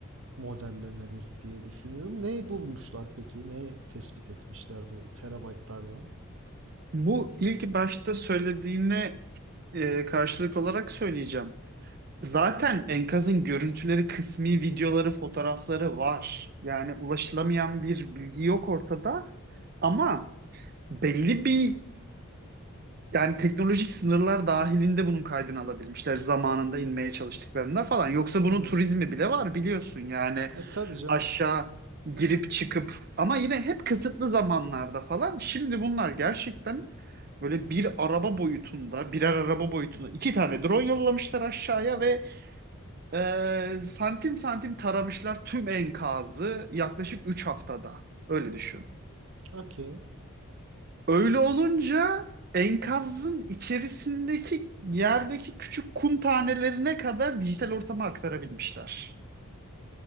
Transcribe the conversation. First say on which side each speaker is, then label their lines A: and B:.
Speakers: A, on the right; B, on the right.
A: Modellemedir diye düşünüyorum. Neyi bulmuşlar peki? Ne tespit etmişler bu terabaytlardan?
B: Bu ilk başta söylediğine e, karşılık olarak söyleyeceğim. Zaten enkazın görüntüleri, kısmi videoları, fotoğrafları var. Yani ulaşılamayan bir bilgi yok ortada. Ama belli bir yani teknolojik sınırlar dahilinde bunun kaydını alabilmişler zamanında inmeye çalıştıklarında falan. Yoksa
A: Hı
B: bunun
A: hı.
B: turizmi bile var biliyorsun yani
A: E tabii canım.
B: aşağı girip çıkıp ama yine hep kısıtlı zamanlarda falan. Şimdi bunlar gerçekten böyle bir araba boyutunda, birer araba boyutunda iki tane drone yollamışlar aşağıya ve e, santim santim taramışlar tüm enkazı yaklaşık 3 haftada. Öyle düşün.
A: Okey.
B: Öyle olunca enkazın içerisindeki yerdeki küçük kum tanelerine kadar dijital ortama aktarabilmişler.